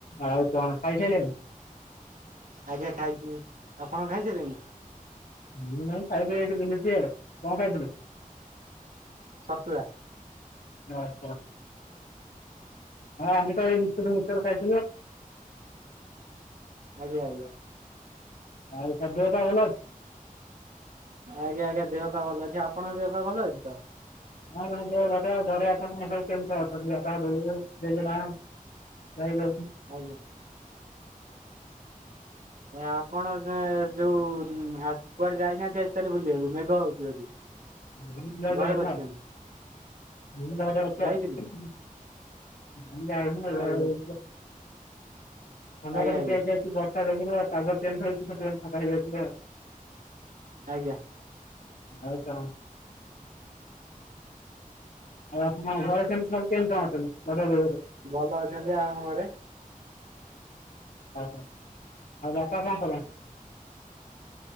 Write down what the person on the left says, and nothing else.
ଆଉ କଣ ଖାଇସାଇଲେଣି।
ହୁଁ ନାଇଁ ଖାଇକି ଏଇଠି ପଧୁଛି ଆ କଣ ଖାଇଥିଲୁ।
ହଁ ଆମେତ ଏଇ ବିସ୍କୁଟ ମିସ୍କଚର ଖାଇଚୁ।
ଆଉ ତା ଦେହପା ଭଲ ଅଛି।
ହଁ <inaudible> <unintelligible>
<unintelligible>
<inaudible>
ଥଣ୍ଡା
ଟା ଟିକେ ହେଇଯାଇଛି ବର୍ଷା ଯୋଗୁ ପାଗ ଚେଞ୍ଚେ ହେଇଚିତ ସେ ଥଣ୍ଡା ହେଇଯାଇଛି ଆଉ।
ଆଉ କଣ। ଆଉ ଆପଣ ଘର କେମ୍ତି କଣ ସବୁ ଅଛନ୍ତି ବଡ଼ିଆ ସବୁ।
ଓହୋ ଆଉ ବାପା କଣ କଲେ।